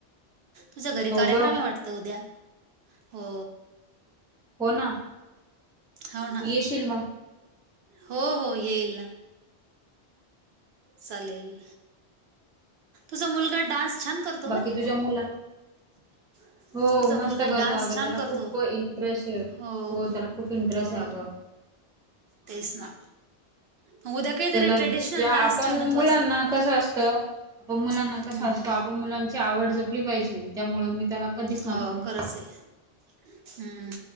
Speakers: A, on the right; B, in the centre.
A: तुझ्या घरी
B: हो
A: कार्यक्रम
B: ग
A: आहे वाटतं उद्या! हो.
B: हो ना,
A: हो ना
B: येशील मग!
A: हो हो येईल ना. चालेल. तसं मुलगा डान्स छान करतो बर
B: बाकी तुझ्या मुला
A: <inaudible>
B: हो
A: तुझा
B: मस्त
A: मुलगा
B: करतो
A: डान्स
B: अगं
A: छान
B: त्याला
A: करतो
B: खूप इंटरेस्ट आहे.
A: हो
B: त्याला खूप इंटरेस्ट
A: हो.
B: आहे अगं
A: तेच ना मग उद्या काहीतरी
B: त्याला
A: ट्रेडिशनल
B: ज्या
A: डान्स
B: आपण
A: ठेव
B: मुलांना
A: ना तू असं
B: कस असत आपण मुलांना
A: हम्म
B: कसं असतो
A: हम्म
B: आपण मुलांची आवड जप ली पाहिजे त्यामुळं मी त्याला कधीच
A: हो
B: म्हणत नाही.
A: खरंच आहे. हम्म